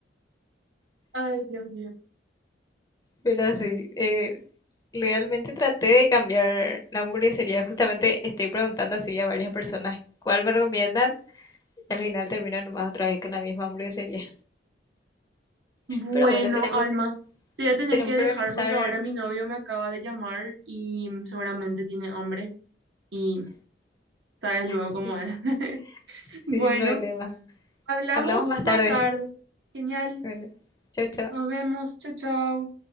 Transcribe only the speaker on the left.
Pero sí, eh, realmente traté de cambiar la hamburguesería. Justamente estoy preguntando así a varias personas cuál me recomiendan. Al final terminan nomás otra vez con la misma hamburguesería.
Pero bueno, tenemos,
tenemos
que organizar
sí,
sin
problema.
Hablamos más tarde.
Bueno, chao, chao.